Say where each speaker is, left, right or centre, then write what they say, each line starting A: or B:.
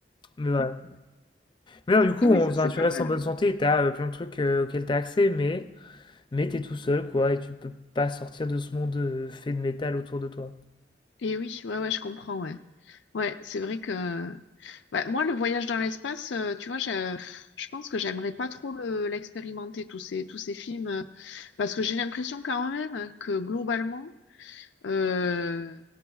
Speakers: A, on the left; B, on the left.
A: mais voilà. Mais non, du coup,
B: Ah oui,
A: on
B: ça
A: enfin,
B: c'est
A: tu
B: pas
A: restes
B: mal.
A: en bonne
B: ouais.
A: santé, t'as euh, plein de trucs euh, auxquels t'as accès, mais mais t'es tout seul quoi, et tu peux pas sortir de ce monde euh, fait de métal autour de toi.
B: Et oui, ouais, ouais, je comprends, ouais. Ouais, c'est vrai que bah, moi, le voyage dans l'espace, euh, tu vois, j'ai- euh, je pense que j'aimerais pas trop le- l'expérimenter, tous ces, tous ces films, euh, parce que j'ai l'impression quand même que globalement, euh,